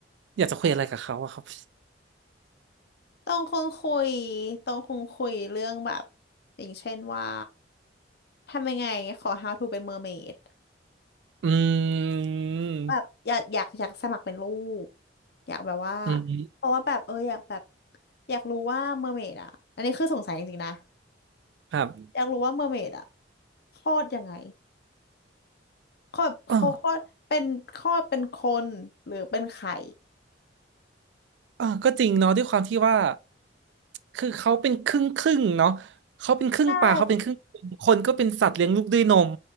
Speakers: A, on the right; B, on the left.
A: อยากจะคุยอะไรกับเขาอะครับ
B: ต้องคงคุยต้องคงคุยเรื่องแบบอย่างเช่นว่าทำยังไงขอ how to เป็นเมอร์เมด
A: อืม
B: แบบอยากอยากอยากสมัครเป็นลูกอยากแบบว่า
A: อืม
B: เพราะว่าแบบเอออยากแบบอยากรู้ว่าเมอร์เมดอ่ะอันนี้คือสงสัยจริงๆนะ
A: ครั
B: อยากรู้ว่าเมอร์เมดอ่ะคลอดยังไงคลอดเขาคลอดเป็นคลอดเป็นคนหรือเป็นไข่
A: บ เออก็จริงเนาะด้วยความที่ว่าคือเขาเป็นครึ่งครึ่งเนาะเขาเป็นครึ่งปลาเขาเป็นครึ่งคนคนก็เป็นสัตว์เลี้ยงลูกด้วยนม
B: ใช่